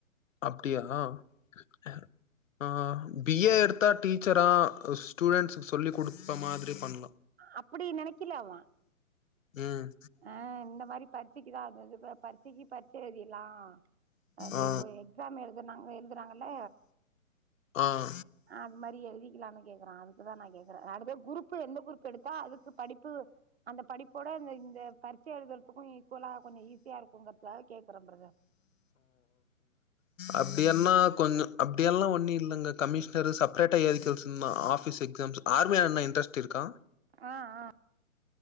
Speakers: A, on the left; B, on the right.
A: அப்டியா எ ஆ பி ஏ எடுத்தா டீச்சரா அ ஸ்டூடெண்ட்ஸ்க் சொல்லி் குடுத்த மாதிரி பண்லா
B: அப்பிடி நெனைக்கல அவ
A: ம்
B: ஆ இந்த மாரி படிச்சி இது அதது ப்ப பரிச்சைக்கு பரிச்ச எழுதிர்லா அது
A: ஆ
B: இப்போ எக்ஸாமு இதுனாங் எழுதறாங்கல்ல
A: ஆ
B: அது மாரி எழுதிக்கலானு கேக்கறா அதுக்கு தா நா கேக்கறே அதுக்கு பேரு குரூப் பு எந்த குருப் எடுத்தா அதுக்கு படிப்பு அந்த படிப்போட இந்த இந் து பரிச்ச எழுதற த்துக்கு ஈக்லோ கொஞ்ச ஈஸியா இருக்குங்கறத் தா கேக்கறே ப்ரதர்
A: அப்டியென்னா கொஞ்சோ அப்படியெல்லா ஒன்னு இல்லங்க கமிஷனரு செப்ரேட்டா ஏரிக்கல்ஸ்ன்னா ஆஃபீஸ் எக்ஸாம்ஸு ஆர்மியான்ன இன்ட்ரெஸ்ட் இருக்கா
B: ஆ ஆ